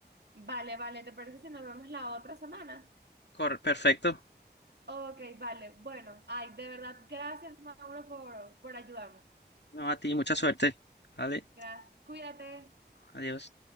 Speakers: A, on the right; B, on the left.
A: Vale, vale, ¿te parece si nos vemos la otra semana?
B: Cor- perfecto.
A: Ok, vale, bueno, ay, de verdad, gracias, Mauro, por, por ayudarme.
B: No, a ti, mucha suerte. Vale,
A: Gracias, cuídate.
B: adiós.